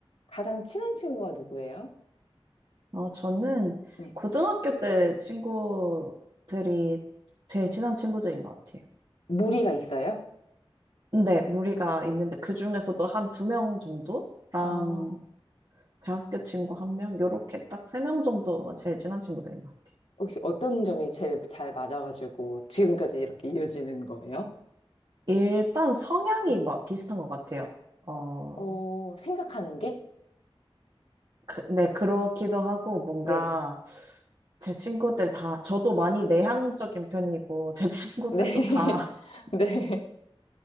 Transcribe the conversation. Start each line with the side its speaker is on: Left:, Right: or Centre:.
Left: 가장 친한 친구가 누구예요?
Right: 어, 저는
Left: 네.
Right: 고등학교 때 친구들이 제일 친한 친구들인 것 같아요.
Left: 무리가 있어요?
Right: 근데 무리가 있는데 그 중에서도 한 두 명 정도랑
Left: 어,
Right: 대학교 친구 한 명, 요렇게 딱 세 명 정도가 제일 친한 친구들인 것 같아요.
Left: 혹시 어떤 점이 제일 잘 맞아가지고 지금까지 이렇게 이어지는 거예요?
Right: 일단 성향이
Left: 네.
Right: 뭐 비슷한 것 같아요. 어,
Left: 어, 생각하는 게?
Right: 그, 네, 그렇기도 하고 뭔가
Left: 네.
Right: 제 친구들 다, 저도 많이 내향적인 편이고 제 친구들도
Left: 네.
Right: 다 <laughs>
Left: <laughs> 네.